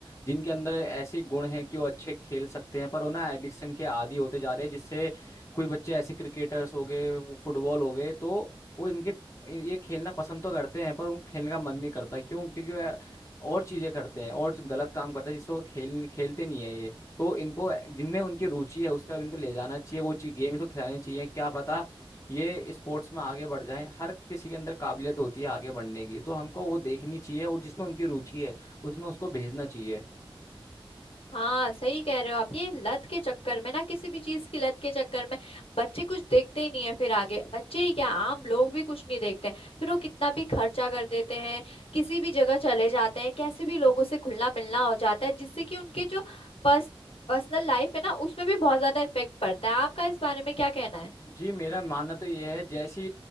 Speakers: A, on the left; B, on the left.
A: जिनके अंदर ऐसे गुण हैं कि वो अच्छे खेल सकते हैं पर वो ना एडिक्शन के आदी होते जा रहे हैं जिससे कुछ बच्चे ऐसे क्रिकेटर्स हो गए वो फुटबॉल हो गए तो वो इनके ये खेलना पसंद तो करते हैं पर उन खेलने का मन नहीं करता क्यों क्योंकि वह और चीजें करते हैं और गलत काम करते हैं जिससे वो खेल खेलते नहीं है ये तो इनको जिनमें उनकी रुचि है उस तरफ इनको ले जाना चाहिए वो चीज गेम्स को खिलानी चाहिए क्या पता ये स्पोर्ट्स में आगे बढ़ जाएं हर किसी के अंदर काबिलियत होती है आगे बढ़ने की तो हमको वो देखनी चाहिए और जिसमें उनकी रुचि है उसमें उसको भेजना चाहिए
B: हाँ सही कह रहे हो आप ये लत के चक्कर में ना किसी भी चीज की लत के चक्कर में बच्चे कुछ देखते ही नहीं है फिर आगे बच्चे ही क्या आम लोग भी कुछ नहीं देखते फिर वो कितना भी खर्चा कर देते हैं किसी भी जगह चले जाते हैं कैसे भी लोगों से घुलना मिलना हो जाता है जिससे कि उनके जो पर्स पर्सनल लाइफ है ना उसमें भी बहुत ज्यादा इफेक्ट पड़ता है आपका इस बारे में क्या कहना है
A: जी मेरा मानना तो ये है जैसी